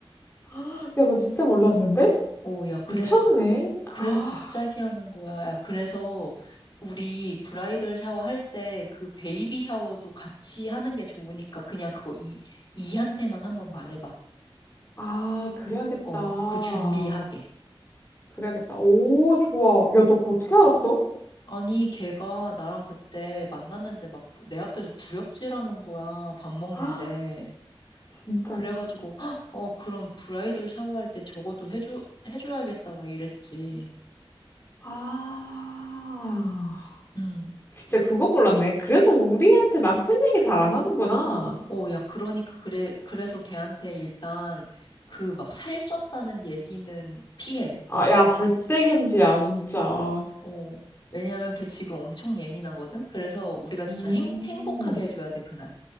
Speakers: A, on the left (about 25°); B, on the left (about 55°).
A: <gasps> 아, 야, 나 진짜 몰랐는데?
B: 오, 야, 그래서
A: 미쳤네.
B: 갑,
A: <gasps>
B: 그래서
A: 아,
B: 갑자기 하는 거야. 야, 그래서 우리 브라이덜 샤워 할 때 그 베이비 샤워도 같이 하는 게 좋으니까 그냥 그거 이, 이한테만 한번 말해봐.
A: 아, 그래야겠다.
B: 어, 그 준비하게.
A: 그래야겠다. 오, 좋아. 야, 너 그거 어떻게 알았어?
B: 아니, 걔가 나랑 그때 만났는데 막 내 앞에서 구역질하는 거야. 밥 먹는데.
A: <gasps> 아, 진짜.
B: 그래가지고 "헉, 어 그럼 브라이덜 샤워할 때 저거도 해줘 해줘야겠다 막 이랬지.
A: 아,
B: 음.
A: 진짜 그건 몰랐네. 그래서 우리한테 남편 얘기 잘 안 하는구나.
B: 오, 야 그러니까 그래 그래서 걔한테 일단 그 막 살쪘다는 얘기는 피해.
A: 아, 야, 절대 금지야, 진짜.
B: 어. 왜냐면 걔 지금 엄청 예민하거든. 그래서 우리가 진짜
A: 음.
B: 행, 행복하게 해줘야 돼 그날.